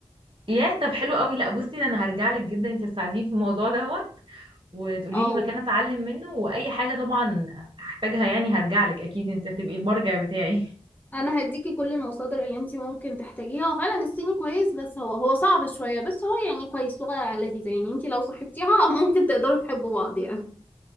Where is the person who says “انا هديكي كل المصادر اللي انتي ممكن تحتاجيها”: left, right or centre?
Left